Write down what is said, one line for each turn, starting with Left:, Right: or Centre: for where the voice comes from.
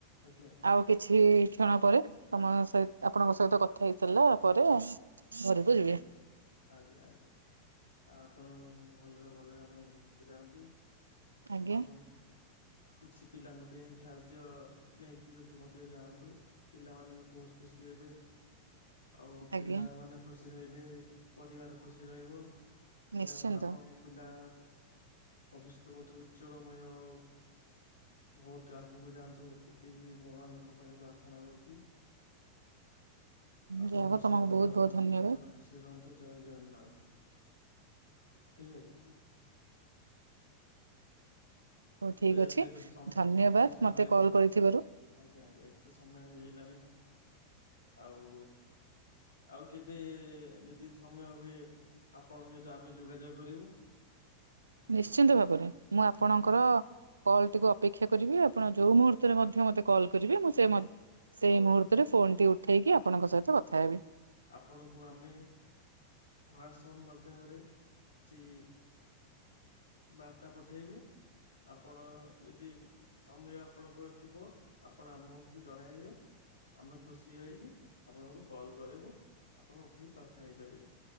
Left: ଆଜ୍ଞା।
Right: ଆଉ କିଛି କ୍ଷଣ ପରେ ତମ ସ ଆପଣଙ୍କ ସହିତ କଥା ହେଇ ସାରିଲା ପରେ। ଘରକୁ ଯିବେ
Left: ଆଜ୍ଞା ଆଜ୍ଞା ଆଜ୍ଞା। ଆ ଆପଣ ଭଲରେ ଭଲରେ ଆପଣଙ୍କ ଘରକୁ ଯାଆନ୍ତୁ।
Right: ଆଜ୍ଞା
Left: ଆଉ କିଛି ପିଲାଙ୍କ ପାଇଁ ଖାଦ୍ୟ ନେଇକି ବି ମଧ୍ୟ ଯାଆନ୍ତୁ। ପିଲାମାନେ ବି ବହୁତ ଖୁସି ହେବେ। ଆଉ
Right: ଆଜ୍ଞା
Left: ପିଲାମାନେ ଖୁସି ରହିଲେ ପରିବାର ଖୁସି ରହିବ। ପିଲା
Right: ନିଶ୍ଚିନ୍ତ
Left: ନ ଆପଣଙ୍କ ପିଲା ଭବିଷ୍ୟତ ବହୁତ ଉଜ୍ଜଳମୟ ହଉ। ବହୁତ ଆଗକୁ ଯାଆନ୍ତୁ ଏତିକି ଭଗବାନଙ୍କ ପାଖେ ପ୍ରାର୍ଥନା କରୁଛି। ଆପଣ
Right: ଯାହା
Left: ଖୁସି
Right: ହଉ ତମକୁ
Left: ରୁହନ୍ତୁ
Right: ବହୁତ
Left: ଆପଣ
Right: ବହୁତ ଧନ୍ୟବାଦ
Left: ଖୁସିରେ ରୁହନ୍ତୁ ଜୟ ଜଗନ୍ନାଥ ଠିକ ଅଛି।
Right: ହଉ
Left: ହଁ
Right: ଠିକ
Left: ବେସ୍
Right: ଅଛି
Left: ଏବେ ତ ସମ୍
Right: ଧନ୍ୟବାଦ
Left: ଏବେ ତ ସମୟ
Right: ମତେ
Left: ଆଜ୍ଞା
Right: କଲ୍ କରିଥିବାରୁ
Left: ଆଜ୍ଞା ଏବେ ତ ସମୟ ହେଇଗଲାଣି ଆଉ ଆଉ କେବେ ଯଦି ସମୟ ହୁଏ ଆପଣଙ୍କ ସହିତ ଆମେ ଯୋଗାଯୋଗ କରିବୁ।
Right: ନିଶ୍ଚିନ୍ତ ଭାବରେ ମୁଁ ଆପଣଙ୍କର
Left: ହଁ
Right: କଲ୍ ଟିକୁ ଅପେକ୍ଷା କରିବି ଆପଣ ଯୋଉ ମୁହୂର୍ତ୍ତରେ ମଧ୍ୟ ମୋତେ କଲ୍ କରିବେ ମୁଁ ସେ
Left: ହଁ
Right: ସେଇ ମୁହୂର୍ତ୍ତ
Left: ଠିକ
Right: ରେ ଫୋନ ଟି ଉଠେଇକି ଆପଣଙ୍କ ସହିତ କଥା ହେବି।
Left: ଆପଣଙ୍କୁ ଆମେ ହ୍ୱାଟସ୍ପ ମାଧ୍ୟମରେ କିଛି ବାର୍ତ୍ତା ପଠେଇବୁ ଆପଣ ଯଦି ସମୟ ଆପଣଙ୍କ ର ଥିବ ଆପଣ ଆମକୁ ଜଣାଇବେ। ଆମେ ଖୁସି ହୋଇ ଆପଣଙ୍କୁ କଲ୍ କରିବୁ। ଆପଣ ଉଠେଇକି କଥା ହେଇପାରିବେ